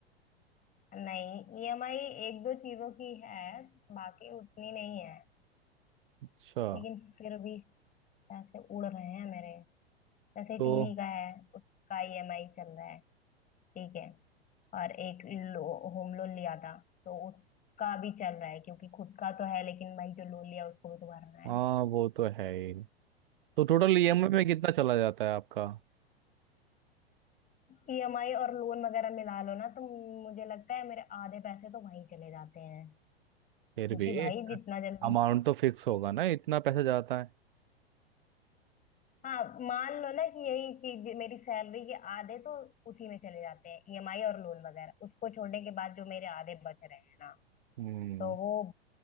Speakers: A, on the left (about 25°); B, on the right (about 55°).
A: नहीं ईएमआई एक दो चीजों की है बाकी उतनी नहीं है
B: अच्छा
A: लेकिन फिर भी पैसे उड़ रहे हैं मेरे जैसे
B: तो
A: टीवी का है उसका ईएमआई चल रहा है ठीक है और एक लो, होम लोन लिया था तो उसका भी चल रहा है क्योंकि खुद का तो है लेकिन भाई जो लोन लिया उसको भी तो भरना
B: हाँ
A: है
B: वो तो है ही तो टोटल ईएमआई
A: हम्म,
B: में कितना चला जाता है आपका
A: ईएमआई और लोन वगैरह मिला लो ना तो मुझे लगता है मेरे आधे पैसे तो वहीं चले जाते हैं
B: फिर
A: क्योंकि
B: भी
A: भाई जितना जल्दी
B: अमाउंट तो फिक्स होगा ना इतना पैसा जाता है
A: हाँ मान लो ना कि यही चीज मेरी सैलरी के आधे तो उसी में चले जाते हैं ईएमआई और लोन वगैरह उसको छोड़ने के बाद जो मेरे आधे बच रहे हैं ना
B: हम्म
A: तो वो